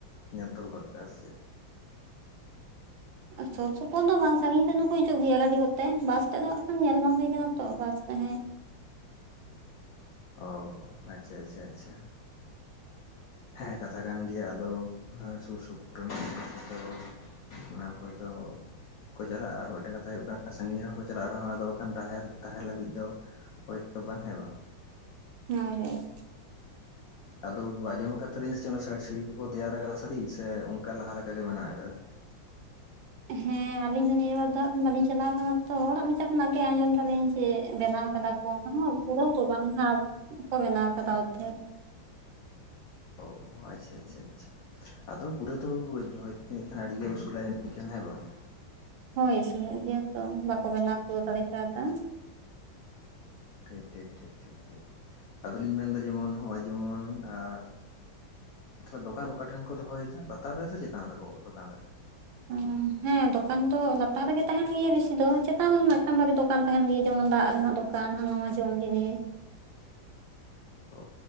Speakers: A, on the left; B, on the right.
A: ᱧᱮᱞ ᱛᱚ ᱵᱟᱜ-ᱟ ᱥᱮ ᱪᱮᱫ?
B: ᱥᱩᱨ ᱥᱩᱯᱩᱨ ᱫᱚ ᱵᱟᱝ ᱥᱟᱺᱜᱤᱧ ᱠᱷᱚᱱ ᱦᱚᱸᱠᱚ ᱦᱤᱡᱩᱜ ᱜᱮᱭᱟ ᱜᱟᱹᱰᱤ ᱠᱚᱛᱮ, ᱵᱟᱥ ᱛᱮᱫ ᱫᱚ ᱦ ᱟᱸᱜ ᱠᱷᱟᱱ ᱧᱮᱞ ᱵᱟᱝ ᱦᱩᱭ ᱠᱟᱱᱟ ᱛᱚ ᱠᱟᱪ ᱛᱟᱦᱮᱸᱜ <unintelligible>
A: ᱚ ᱟᱪᱪᱷᱟ ᱟᱪᱪᱷᱟ ᱟᱪᱪᱷᱟ ᱾ ᱦᱮᱸ ᱠᱟᱛᱷᱟ ᱠᱟᱱ ᱜᱮᱭᱟ ᱟᱫᱚ ᱥᱩᱨ ᱥᱩᱯᱩᱨ ᱨᱮᱱ <inaudible> ᱫᱚ <unintelligible> ᱚᱱᱟ ᱠᱚᱫᱚ ᱠᱚ ᱪᱟᱞᱟᱜᱼᱟ ᱟᱨ ᱢᱤᱫᱴᱮᱱ ᱠᱟᱛᱷᱟ ᱦᱩᱭᱩᱜ ᱠᱟᱱᱟ ᱥᱟᱺᱜᱤᱧ ᱨᱮ ᱦᱚᱠᱚ ᱪᱟᱞᱟᱜ ᱨᱮᱦᱚᱸ ᱟᱫᱚ ᱵᱟᱠᱷᱟᱱ ᱛᱟᱦᱮ ᱛᱟᱦᱮᱸᱱ ᱞᱟᱹᱜᱤᱫ ᱫᱚ ᱦᱳᱭ ᱛᱚ ᱵᱟᱝ ᱠᱷᱟᱡ ᱵᱟᱝ ᱾ <unintelligible>
B: ᱦᱳᱭ ᱦᱳᱭ ᱾
A: ᱟᱫᱚ ᱵᱟ-ᱟᱸᱡᱚᱢ ᱠᱟᱫ ᱛᱟᱦᱮᱱᱤᱧ ᱥᱮᱪᱤ ᱚᱱᱟ ᱥᱟᱹ-ᱤ-ᱥᱤᱸᱲᱤ ᱠᱚᱠᱚ ᱛᱮᱭᱟᱨ ᱠᱟᱫᱟ ᱥᱟᱹᱨᱤ ᱥᱮ ᱚᱱᱠᱟ ᱞᱟᱦᱟ ᱞᱮᱠᱟ ᱜᱮ ᱢᱮᱱᱟᱜ ᱟᱠᱟᱫᱟ?
B: ᱦᱮᱸ ᱟᱞᱤᱧ ᱦᱚᱸ ᱱᱤᱭᱟᱹ ᱵᱟᱨ ᱫᱚ ᱦᱟᱜ ᱠᱷᱟᱱ ᱵᱟᱞᱤᱧ ᱪᱟᱞᱟᱣ ᱟᱠᱟᱱᱟ ᱛᱚ ᱦᱚᱲᱟᱜ ᱢᱚᱪᱲ ᱠᱷᱚᱱᱟᱜ ᱜᱮ ᱟᱸᱡᱚᱢ ᱞᱟ. ᱭ ᱟᱞᱤᱧ ᱪᱮ ᱵᱮᱱᱟᱣ ᱠᱟᱫᱟ ᱠᱚ ᱚᱱᱟ ᱯᱩᱨᱟᱹᱣ ᱫᱚ ᱵᱟᱝ ᱵᱷᱟᱵᱽ ᱠᱚ ᱵᱮᱱᱟᱣ ᱟᱠᱟᱫᱟ ᱚᱨᱫᱷᱮᱠ
A: ᱚᱻ ᱟᱪᱷᱟ ᱟᱪᱷᱟ ᱟᱪᱷᱟ ᱟᱫᱚ ᱯᱩᱨᱟᱹ ᱛᱚ ᱳ ᱡᱷᱚᱭ ᱱᱤᱜ ᱠᱷᱟᱱ ᱟᱹᱰᱤ ᱜᱮ ᱩᱥᱩᱞᱼᱟ ᱡᱟᱱᱤᱜ ᱠᱷᱟᱱ ᱦᱮᱸ ᱵᱟᱝ?
B: ᱦᱳᱭ ᱩᱥᱩᱞ ᱧᱚᱜ ᱜᱮᱭᱟ ᱛᱚ ᱵᱟᱠᱚ ᱵᱮᱱᱟᱣ ᱠᱚ ᱫᱟᱲᱮ ᱠᱟᱣᱫᱟ ᱾
A: ᱴᱷᱤᱠ ᱴᱷᱤᱠ ᱴᱷᱤᱠ ᱴᱷᱤᱠ ᱴᱷᱤᱠ ᱟᱫᱚᱞᱤᱧ ᱢᱮᱱᱫᱟ ᱡᱮᱢᱚᱱ ᱱᱚᱜᱼᱚᱭ ᱡᱮᱢᱚᱱ ᱟᱨ ᱛᱟᱦᱞᱮ ᱫᱚᱠᱟᱱ ᱚᱠᱟ ᱴᱷᱮᱱ ᱠᱚ ᱫᱚᱦᱚᱭ ᱮᱫᱟ ᱞᱟᱛᱟᱨ ᱨᱮ ᱥᱮ ᱪᱮᱛᱟᱱ ᱨᱮᱠᱚ ᱫᱚᱠᱟᱱ ᱮᱫᱟ?
B: ᱚᱸ ᱦᱮᱸ ᱫᱚᱠᱟᱱ ᱫᱚ ᱞᱟᱛᱟᱨ ᱨᱮᱜᱮ ᱛᱟᱦᱮᱱ ᱜᱮᱭᱟ ᱵᱮᱥᱤ ᱫᱚ ᱾ ᱪᱮᱛᱟᱱ ᱨᱮᱦᱚᱸ ᱢᱤᱫᱴᱟᱝ ᱵᱟᱨᱮ ᱫᱚᱠᱟᱱ ᱫᱚᱠᱟᱱ ᱛᱟᱦᱮᱱ ᱜᱮ ᱡᱮᱢᱚᱱ ᱫᱟᱜ ᱨᱮᱱᱟᱜ ᱫᱚᱠᱟᱱ ᱦᱟᱱᱟ-ᱱᱟᱣᱟ ᱡᱚᱢ ᱡᱤᱱᱤᱥ ᱾
A: ᱚ